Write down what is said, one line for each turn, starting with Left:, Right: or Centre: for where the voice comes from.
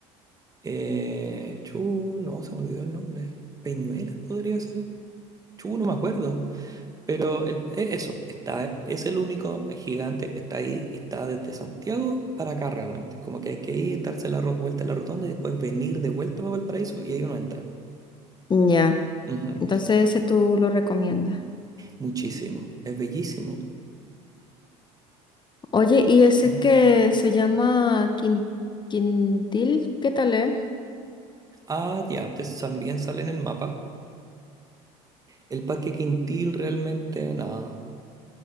Right: Eh, chu, no, se me olvidó el nombre. Peñuela podría ser. Chu, no me acuerdo. Pero el- e- eso, está, es el único gigante, está ahí y está desde Santiago para acá realmente. Como que hay que ir, darse la ro- vuelta a la rotonda y después venir de vuelta para Valparaíso y ahí uno entra.
Left: Ya,
Right: Ujú,
Left: entonces ese tú lo recomiendas.
Right: Muchísimo, es bellísimo.
Left: Oye, y ese
Right: Mm.
Left: que se llama Quin- Quintil, ¿qué tal es?
Right: Ah, ya, te- también sale en el mapa. El Parque Quintil realmente, nada.